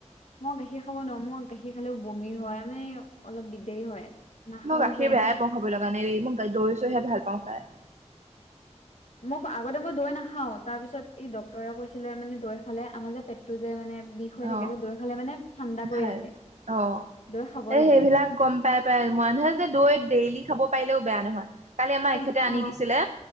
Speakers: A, on the left; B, on the right.
A: মই গাখীৰ খাব নোৱাৰোঁ। মোৰ গাখীৰ খালেও বমি হয় মানে, অলপ দিগদাৰী হয়। নাখাও
B: মই গাখীৰ
A: যে ইমান
B: বেয়াই পাওঁ খাবলে কাৰণে দেই, মই দৈ চৈহে ভাল পাওঁ খাই।
A: মই আগতে মই দৈ নাখাও, তাৰ পিছত ই ডক্তৰে কৈছিলে মানে দৈ খালে আমাৰ যে পেটটো যে মানে বি ষ হৈ
B: অ
A: থাকে যে দৈ খালে মানে ঠাণ্ডা কৰি
B: ভাল
A: ৰাখে।
B: অ
A: দৈ খাব
B: এই
A: লাগে।
B: সেইবিলাক গম পাই পাই মানুহে যে দৈ ডেইলি খাব পাৰিলেও বেয়া নহয়। কালি আমাৰ
A: তুম
B: এখেতে আনি
A: অ
B: দিছিলে